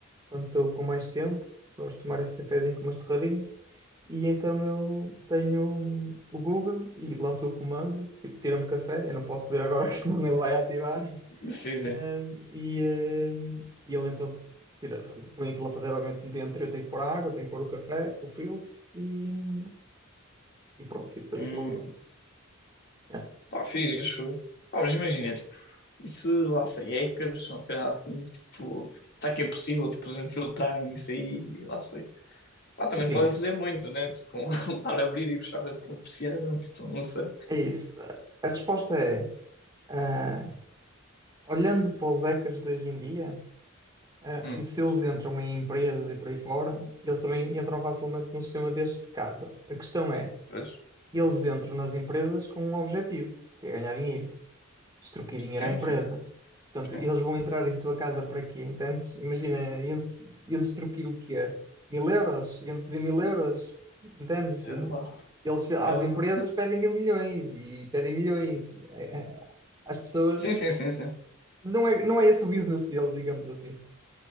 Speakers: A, on the right; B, on the left.
A: quando estou com mais tempo, gosto de tomar esse cafezinho com umas torradinhas. E então eu tenho hum, o Google e lanço o comando, tipo, tira-me café, eu não posso dizer agora <laughs> que senão ele vai ativar.
B: Sim, sim.
A: Hum, e, hum, e ele então tira, põe aquilo a fazer obviamente dentro, eu tenho que pôr a água, tenho que pôr o café, o filtro e, hum, e pronto, e depois
B: Hum,
A: aquilo. é.
B: pá, fixe. Pá, mas imagina, tipo, e se lá sei hackers, não sei lá assim, tipo, será que é possível, tipo, eles infiltrarem isso aí, e lá sei. Pá, também
A: Assim,
B: não podem fazer muito, né? Tipo, <laughs> estar a abrir e fechar a persiana, tipo, não sei.
A: É isso. A resposta é, ah, olhando para os hackers de hoje em dia, ah,
B: Hum,
A: e se eles entram em empresas e por aí fora, eles também entram facilmente num sistema destes de casa. A questão é,
B: pois,
A: eles entram nas empresas com um objetivo, que é ganhar dinheiro, extorquir dinheiro
B: sim,
A: à empresa.
B: sim,
A: Portanto,
B: sim.
A: eles vão entrar em tua casa para quê? Entendes? Imagina, iam extorquir o quê? Mil euros? Iam pedir mil euros? Entendes?
B: Sei lá,
A: Eles, às
B: sei
A: empresas
B: lá.
A: pedem mil milhões e pedem milhões. É, às pessoas.
B: Sim, sim, sim, sim.
A: Não é, não é esse o business deles, digamos assim.